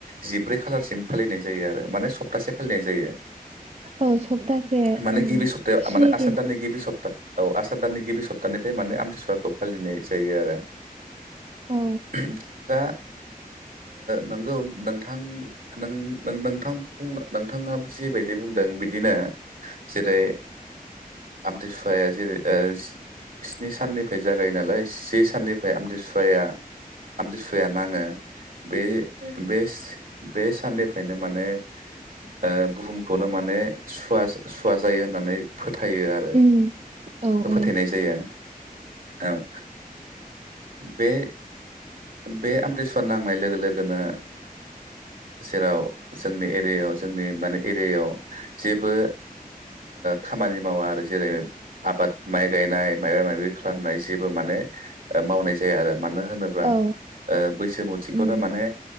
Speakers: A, on the right; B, on the right.
A: जिब्रै खालारसिम फालिनाय जायो आरो माने स सप्तासे फालिनाय जायो।
B: औ सप्तासे
A: माने
B: उम
A: गिबि सप्ताह
B: स्नि
A: माने आसार
B: दिन
A: दानिनि गिबि सपता औ आसार दाननि गिबि सप्तानिफ्राय माने आमथिसुवाखौ फालिनाय जायो आरो।
B: औ
A: <inaudible> दा नोंगौ नोंथां नों नोंथां। नोंथाङो जिबायदि बुंदों बिदिनो जेरै आमतसुवाया जेरै स्नि साननिफ्राय जागायो नालाय से साननिफ्राय आमथिसुवाया आमतसुवाया नाङो बे बेस बेस साननिफ्रायनो माने ओ बुहुमखौनो माने सुवा सुवा जायो होननानै फोथ फोथायो आरो
B: उम औ औ
A: फोथायनाय जायो औ। बे बे आमथि सुवा नांनाय लोगो लोगोनो जेराव जोंनि एरियायाव जोंनि मान एरियायाव जेबो खामानि मावा आरो जेरै आबाद माइ गायनाय माइबा माबि खालामनाय जेबो माने मावनाय जाया आरो मानो होनोब्ला
B: औ
A: ओ बैसो मुथिखौनो
B: उम
A: माने